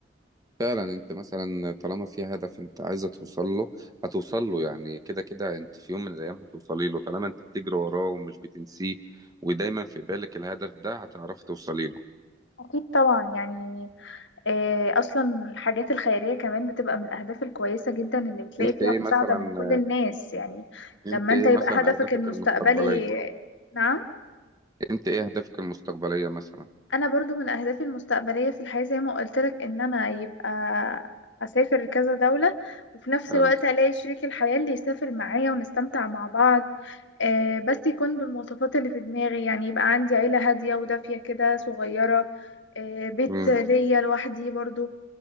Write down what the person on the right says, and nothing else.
فعلا انت مثلا طالما في هدف انت عايزه توصل له هتوصل له يعني كده كده انت في يوم من الايام هتوصلي له طالما انت بتجري وراه ومش بتنسيه ودايما في بالك الهدف ده هتعرفي توصلي له
انت
ايه
مثلا
انت
ايه
مثلا
اهدافك
المستقبليه
انت ايه اهدافك المستقبليه مثلا
قال-
مم.